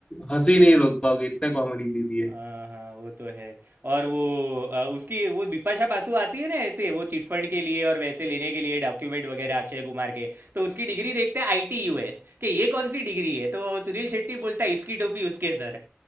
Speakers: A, on the left; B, on the right.
A: हंसी नहीं रोक पाओगे इतना कॉमेडी दे दी है
B: हाँ हाँ वो तो है और वो अ, उसकी वो बिपाशा बासु आती है ना ऐसे वो चिटफंड के लिए और वैसे लेने के लिए डॉक्यूमेंट वगैरह अक्षय कुमार के तो उसकी डिग्री देखते हैं आईटी यूएस कि ये कौन सी डिग्री है तो सुनील शेट्टी बोलता है इसकी टोपी उसके सर